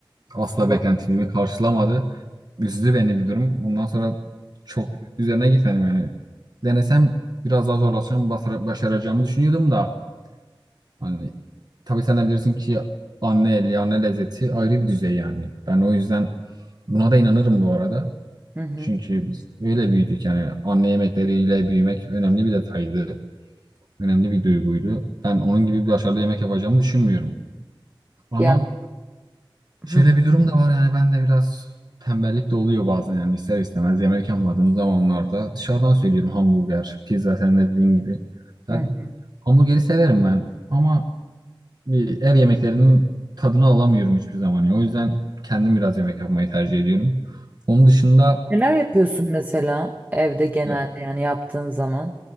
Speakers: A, on the right; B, on the right.
A: asla
B: hı.
A: beklentimi karşılamadı. Üzdü beni bir durum. Ondan sonra çok üzerine gitmedim yani. Denesem biraz daha zorlaşacağım basara- başaracağımı düşünüyordum da hani tabii sen de bilirsin ki anne eli anne lezzeti ayrı bir düzey yani. Ben o yüzden buna da inanırım bu arada.
B: hı.
A: Çünkü biz öyle büyüdük yani anne yemekleriyle büyümek önemli bir detaydı önemli bir duyguydu. Ben onun gibi bir başarılı yemek yapacağımı düşünmüyorum. Ama
B: Ya hı
A: şöyle
B: hı.
A: bir durum da var yani ben de biraz tembellik de oluyor bazen yani ister istemez yemek yapmadığım zamanlarda dışarıdan söylüyorum hamburger, pizza sen de dediğin gibi. Ya,
B: hı.
A: hamburgeri severim ben ama bir ev yemeklerinin tadını alamıyorum hiçbir zaman ya. O yüzden kendim biraz yemek yapmayı tercih ediyorum. Onun dışında
B: Neler yapıyorsun mesela evde genelde
A: ya,
B: yani yaptığın zaman?